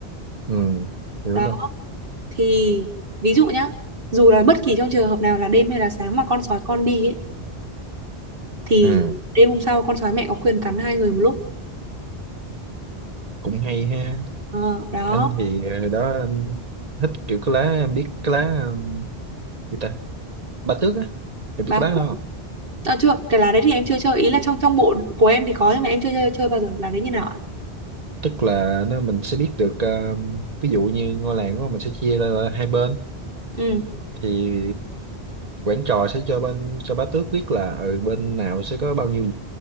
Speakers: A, on the right; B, on the right.
A: ừ, hiểu
B: đó
A: luôn.
B: thì ví dụ nhá dù là bất kỳ trong trường hợp nào là đêm hay là sáng mà con sói con đi ấy thì
A: Ừ,
B: đêm hôm sau con sói mẹ có quyền cắn hai người một lúc
A: cũng hay ha.
B: ờ, đó
A: Anh thì ờ, đó anh thích kiểu cái lá, em biết cái lá ờ, gì ta? Ba tước á, em
B: báo
A: biết cái lá
B: thức.
A: đó không?
B: à, chưa cái lá đấy thì em chưa chơi ý là trong trong bộ của em thì có nhưng mà em chưa chơi, chơi bao giờ lá đấy như nào ạ
A: tức là nó mình sẽ biết được ờ, ví dụ như ngôi làng đó mình sẽ chia ra là hai bên
B: ừ
A: thì quản trò sẽ cho bên cho bá tước biết là ở bên nào sẽ có bao nhiêu